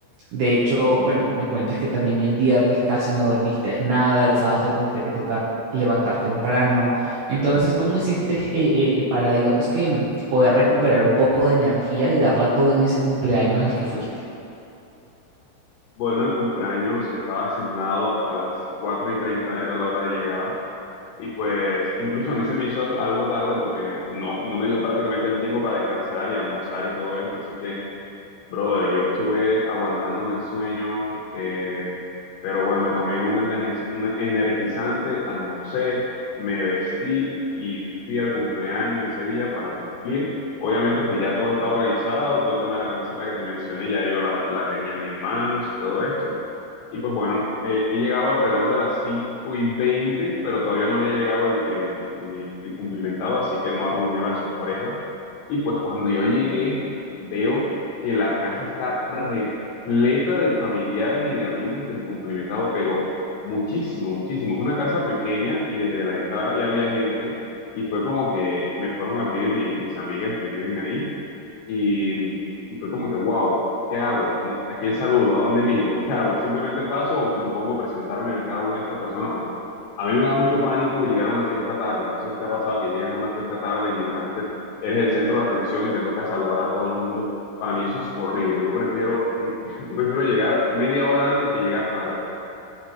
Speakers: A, on the right (about 75°); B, on the left (about 85°).
A: De hecho, bueno, me cuentas que también el viernes casi no dormiste nada, el sábado te tuviste que tocar levantar temprano. Entonces, ¿cómo hiciste eh, eh, eh, para, digamos que, mm, poder recuperar un poco de energía y darla todo en ese cumpleaños al que fuiste?
B: Bueno, el cumpleaños estaba asignado a las 4 y 30 era la hora de llegada. Y pues incluso a mí se me hizo algo tarde porque no, no me dio prácticamente el tiempo para descansar y almorzar y todo esto. Así que Brother, yo estuve aguantándome el sueño, eh, pero bueno, me tomé un, energi- un energizante, almorcé, me vestí y fui al cumpleaños ese día para cumplir. Obviamente, pues ya todo estaba organizado, todo el tema de la camiseta que te mencioné, ya yo la, la tenía en mis manos y todo esto. Y pues bueno, eh, he llegado alrededor de las cinco y veinte pero todavía no había llegado el, el, el- el cumplimentado, así que no arruiné la sorpresa. Y pues cuando yo llegué, veo que la casa está repleta de familiares y de amigos del cumplimentado, pero muchísimo, muchísimo. Es una casa pequeña y desde la entrada ya había gente y fue como que me fueron a abrir mi- mis amigas que viven ahí y, y fue como que, wow, ¿qué hago? No, ¿A quién saludo? ¿A dónde miro? ¿Qué hago? ¿Simplemente paso o me pongo a presentarme a cada una de estas personas? Porque a mí me da mucho pánico llegar a una fiesta tarde. No sé si te ha pasado que llegas a una fiesta tarde y literalmente eres el centro de atención y te toca saludar a todo el mundo. Para mí eso es horrible. Yo prefiero, <laughs> yo prefiero llegar media hora antes que llegar tarde.